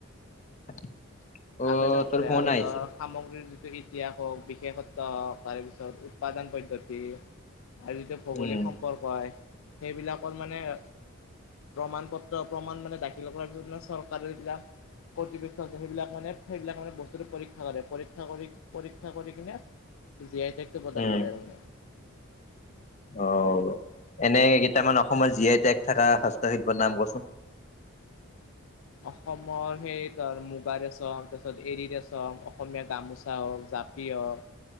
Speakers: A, on the left; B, on the left.
A: <inaudible>
B: আবেদন
A: তোৰ
B: কৰে,
A: ফোন
B: আৰু
A: আহিছে।
B: ধৰ সামগ্ৰীৰ যিটো ইতিহাস হ'ওক, বিশেষত্ব হ'ওক, তাৰপিছত উৎপাদন পদ্ধতি। আৰু যিটো ভৌগোলিক
A: উম
B: সম্পৰ্ক হয়, সেইবিলাকৰ মানে প্ৰমাণ পত্ৰ, প্ৰমাণ মানে দাখিল কৰাৰ পিছতে চৰকাৰৰ এইবিলাক, কৰ্তৃপক্ষ আচনি বিলাক মানে সেইবিলাক মানে বস্তু পৰীক্ষা কৰে, পৰীক্ষা কৰি পৰীক্ষা কৰি কিনে, জীয়াই থাকি প্ৰদান
A: উম
B: কৰে আৰু এই
A: অ, এনে কেইটামান অসমৰ জি, আই, টেগ, থকা হস্তশিল্পৰ নাম কোৱাচোন?
B: অসমৰ সেই, মুগা ৰেচম, তাৰপিছত এৰী ৰেচম, অসমীয়া গামোচা হ'ওক জাপ পি, হ'ক,